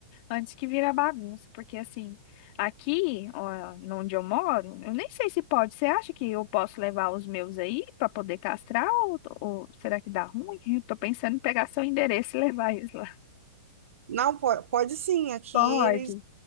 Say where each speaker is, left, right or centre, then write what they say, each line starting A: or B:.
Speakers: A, on the left; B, on the right.
A: Antes que vira bagunça, porque assim, aqui, ó, onde eu moro, eu nem sei se pode. Você acha que eu posso levar os meus aí para poder castrar ou, ou será que dá ruim? Eu tô pensando em pegar seu endereço e levar eles lá.
B: Não, po- pode, sim. Aqui
A: Pode.
B: eles